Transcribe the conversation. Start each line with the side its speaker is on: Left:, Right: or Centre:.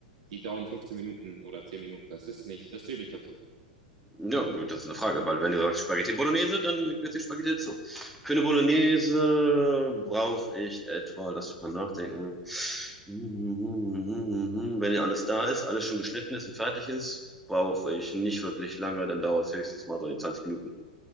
Right: die dauern 15 Minuten oder 10 Minuten. Das ist nicht, das zählt nicht dazu.
Centre: Ja, das ist eine Frage, weil wenn du sagst Spaghetti Bolognese, dann gehört die Spaghetti dazu. Für eine Bolognese brauche ich etwa, lass mich mal nachdenken, wenn ja alles da ist, alles schon geschnitten ist und fertig ist, brauche ich nicht wirklich lange, dann dauert es höchstens mal so in 20 Minuten.